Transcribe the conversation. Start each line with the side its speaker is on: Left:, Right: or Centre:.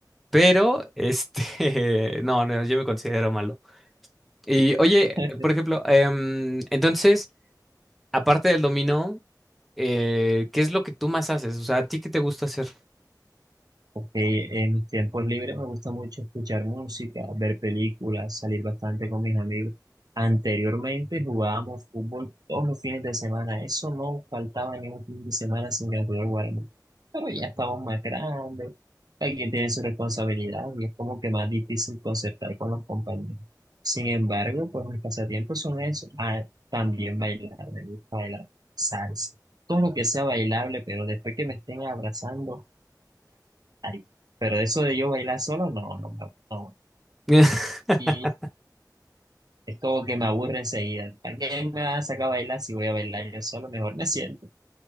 Centre: pero este, <laughs> no, no, yo me considero malo. Y oye,
Right: <laughs>
Centre: por ejemplo, em, entonces, aparte del dominó, eh, ¿qué es lo que tú más haces? O sea, ¿a ti qué te gusta hacer?
Right: Ok, en mis tiempos libres me gusta mucho escuchar música, ver películas, salir bastante con mis amigos. Anteriormente jugábamos fútbol todos los fines de semana, eso no faltaba ni un fin de semana sin que nosotros jugáramos. Pero ya estamos más grandes, cada quien tiene su responsabilidad y es como que más difícil concertar con los compañeros. Sin embargo, pues mis pasatiempos son eso, ah, también bailar, me gusta bailar salsa, todo lo que sea bailable, pero después que me estén abrazando. Ay, Pero eso de yo bailar solo, no, no, no. no.
Centre: <laughs>
Right: Y es como que me aburre enseguida. ¿Para qué me van a sacar a bailar si voy a bailar yo solo? Mejor me siento.